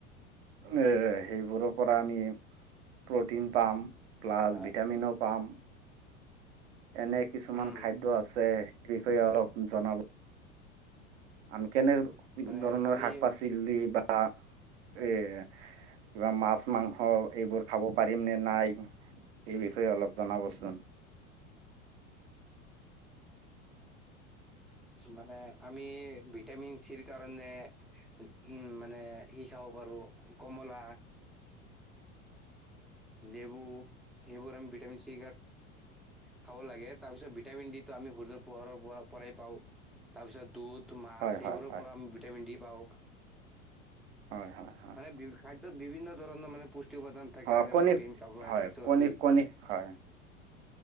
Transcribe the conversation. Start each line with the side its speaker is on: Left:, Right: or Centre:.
Right: এ, সেইবোৰৰ পৰা আমি প্ৰটিন পাম। প্লাছ
Centre: হয়,
Right: ভিটামিনো পাম। এনে কিছুমান
Centre: উম,
Right: খাদ্য আছে সেই বিষয়ে অলপ জনাব। আমি কেনেক
Centre: মানে
Right: ধৰণৰ
Centre: আমি
Right: শাক পাচি বা এ, কিবা মাছ মাংস এইবোৰ খাব পাৰিম নে নাই এই বিষয়ে অলপ জনাবচোন?
Centre: মানে আমি ভিটামিন চিৰ কাৰণে উম মানে সি খাব। বাৰু কমলা।
Right: উ।
Centre: লেবু লেবুম বিটামিন চি। খাব লাগে তাৰ পিছত ভিটামিন ডি তো আমি সূৰ্যৰ পোহাৰৰ পৰা পৰাই পাওঁ। তাৰ পিছত দুধ মাছ
Right: হয়
Centre: সবোৰৰ
Right: হয় হয়
Centre: পৰা আমি ভিটামিন ডি পাওঁ।
Right: হয় হয় হয়
Centre: মানে খাদ্য বিভিন্ন ধৰণৰ মানে পুষ্টি থাকে
Right: হয়
Centre: যেনে
Right: কণী
Centre: প্ৰটিন কাৰ্বহাইড্ৰেট
Right: হয়
Centre: চৰ্বি।
Right: কণী কণী হয়